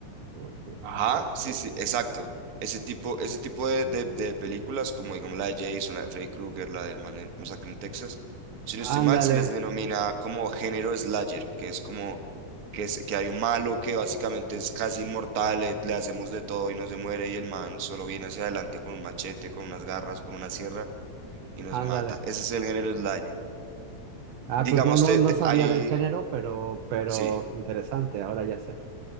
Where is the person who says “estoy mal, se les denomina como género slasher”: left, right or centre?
Right